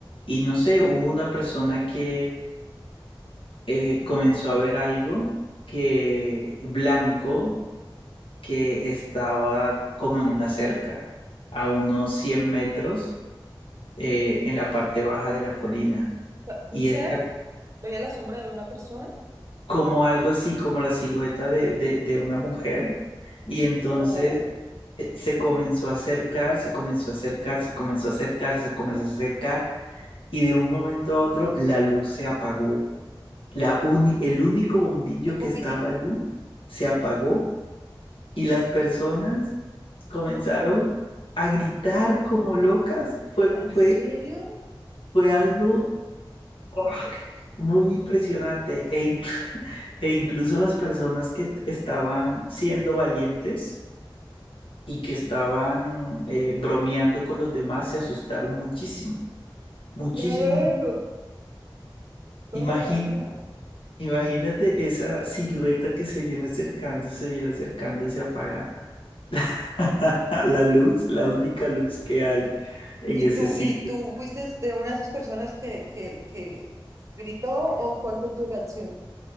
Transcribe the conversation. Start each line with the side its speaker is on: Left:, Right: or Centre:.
Left: y no sé, hubo una persona que eh,
Right: Ujú.
Left: comenzó a ver algo que blanco que estaba como en una cerca, a unos 100 metros eh, en la parte baja de la colina.
Right: O sea, Un
Left: Y
Right: ser,
Left: está
Right: veía la sombra de una persona
Left: como algo así, como la silueta de, de- de una mujer. Y
Right: Mm,
Left: entonces
Right: o
Left: eh, se comenzó a acercar, se comenzó a acercar, se comenzó a acercar, se comenzó a acercar. Y de un momento a otro la luz se apagó. La uni- el único bombillo
Right: el bombillito
Left: que estaba allí se apagó y las personas comenzaron a gritar
Right: ah,
Left: como locas.
Right: ah.
Left: Fue,
Right: ¿En
Left: fue,
Right: serio?
Left: fue algo ah, muy impresionante. E, in- <laughs> e incluso las personas que t- estaban siendo valientes y que
Right: Ujú.
Left: estaban eh, bromeando con los demás se asustaron muchísimo, muchísimo.
Right: Claro,
Left: mu-
Right: toda
Left: Imagín-
Right: la vida.
Left: imagínate esa silueta que se viene acercando, se viene acercando y se apaga. <laughs> La luz, la única luz que hay en
Right: ¿Y
Left: ese
Right: tú,
Left: sitio.
Right: y tú fuiste de una de esas personas que, que, que gritó o cuál fue tu reacción?